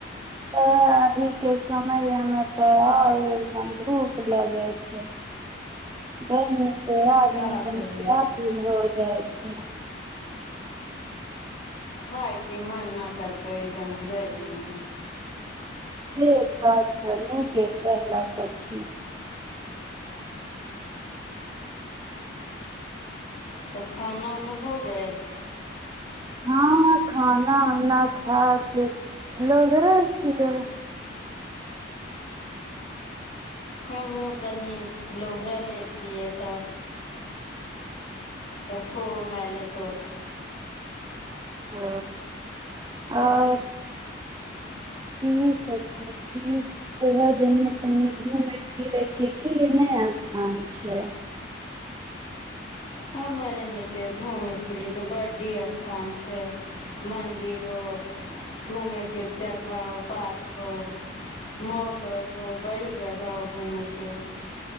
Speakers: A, on the right (about 20°); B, on the left (about 35°).
A: अभी के समय मे तऽ एकदम धूप लगै छै गरमी नया आदमी
B: का करियै तऽ
A: अच्छा
B: खायके मन न करतै एकदम गर्मीमे
A: जे बात नीक एक करला सखी
B: तऽ खाना उना हो गेल
A: हँ खाना उना खा के लोभरल छियै
B: हमहु तनी लोभरले छियै तऽ तऽ फोन आयलै तोहर
A: ओ आर कि सखी की तोहर देने तनि घूमय फिरे के की एने स्थान छै
B: हमर एने के घूमे फिरे के बड्डी स्थान छै मंदिर हो घूमे के जगह हो पार्क हो मॉल आल हो बड़ी जगह हो घूमे के